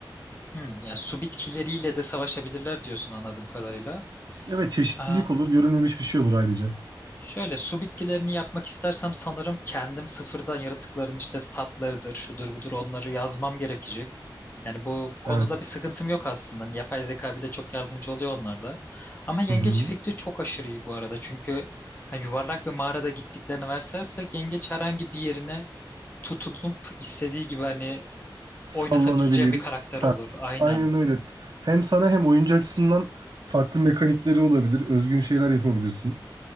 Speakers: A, on the left; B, on the right.
A: Hmm, Yani su bitkileriyle de savaşabilirler diyorsun anladığım kadarıyla.
B: Evet çeşitlilik
A: Aa,
B: olur. Görünmemiş bir şey olur ayrıca.
A: şöyle su bitkilerini yapmak istersem sanırım kendim sıfırdan yaratıkların işte statlarıdır, şudur budur onları yazmam gerekecek. Yani bu konuda
B: Evet.
A: bir sıkıntım yok aslında. Hani yapay zeka bir de çok yardımcı oluyor onlarda. Ama yengeç
B: Hı hı.
A: fikri çok aşırı iyi bu arada. Çünkü ha, yuvarlak bir mağarada gittiklerini varsasak yengeç herhangi bir yerine tutunup istediği gibi hani
B: Sallanabilir.
A: oynatabileceğim bir karakter olur. Aynen.
B: Aynen öyle. Hem sana hem oyuncu açısından farklı mekanikleri olabilir. Özgün şeyler yapabilirsin.